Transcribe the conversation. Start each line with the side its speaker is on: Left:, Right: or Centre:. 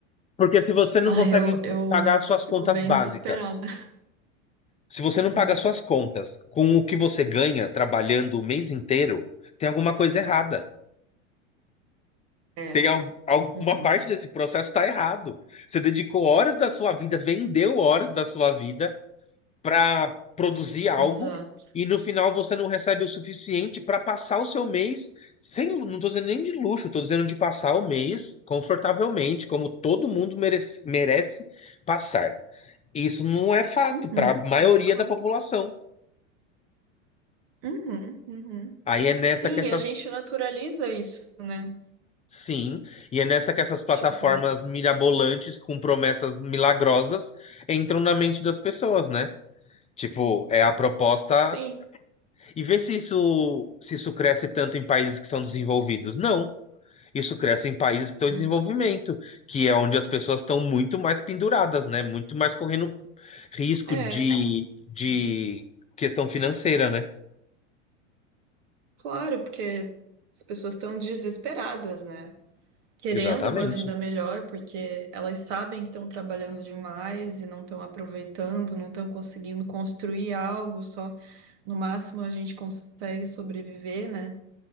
Left: Porque se você não
Right: Ah,
Left: consegue
Right: eu, eu
Left: pagar suas
Right: fico
Left: contas
Right: bem
Left: básicas,
Right: desesperada. <laughs>
Left: se você não
Right: Uhum.
Left: paga suas contas com o que você ganha trabalhando o mês inteiro, tem alguma coisa errada.
Right: É,
Left: Tem al- alguma
Right: uhum.
Left: parte desse processo está errado. Você dedicou horas da sua vida, vendeu horas da sua vida para produzir algo
Right: Exato.
Left: e no final você não recebe o suficiente para passar o seu mês sem, não estou dizendo nem de luxo, estou dizendo de passar o mês confortavelmente, como todo mundo merece merece passar. Isso não é fato
Right: Uhum.
Left: para a maioria
Right: Claro.
Left: da população.
Right: Uhum, uhum.
Left: Aí é nessa
Right: Sim,
Left: que essas.
Right: a gente naturaliza isso, né?
Left: Sim, e é nessa que essas plataformas
Right: Tipo,
Left: mirabolantes com promessas milagrosas entram na mente das pessoas, né? Tipo, é a proposta.
Right: sim.
Left: E vê se isso, se isso cresce tanto em países que são desenvolvidos. Não. Isso cresce em países que estão em
Right: Uhum.
Left: desenvolvimento, que é onde as pessoas estão muito mais penduradas, né? Muito mais correndo risco
Right: É,
Left: de, de questão financeira, né?
Right: claro, porque as pessoas estão desesperadas, né? querendo
Left: Exatamente.
Right: uma vida melhor, porque elas sabem que estão trabalhando demais e não estão aproveitando, não estão conseguindo construir algo, só no máximo a gente consegue sobreviver, né?